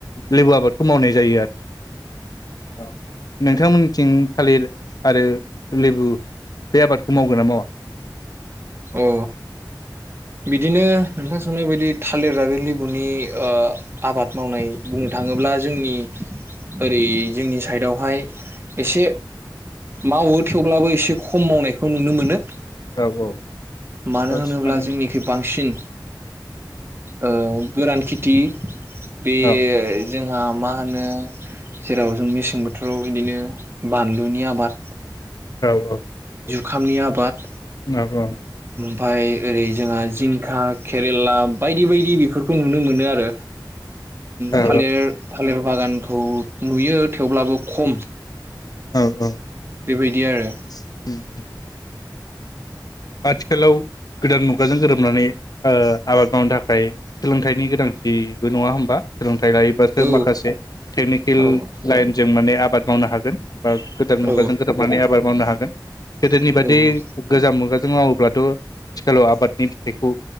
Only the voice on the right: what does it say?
औ बिदिनो नोंथां सोनाय बायदि थालिर आरो लेबुनि ओ-आबाद मावनाय बुंनो थाङोब्ला जोंनि ओरै जोंनि साइडआवहाय एसे मावो थेवब्लाबो एसे खम मावनायखौ नुनो मोनो।
मानो होनोब्ला
जोंनिखै बांसिन ओ- गोरान। खेथि। बे
जों। आ-मा होनो जेराव जों मेसें बोथोराव बिदिनो बानलुनि आबाद।
खामनि आबाद।
ओमफाय ओरै जोंहा जिंखा केरेला बायदि बायदि बेफोरखौ नुनो मोनो आरो।
थालिर थालिर बागानखौ। नुयो थेवब्लाबो खम।
बेबायदि आरो
औ
औ
औ
औ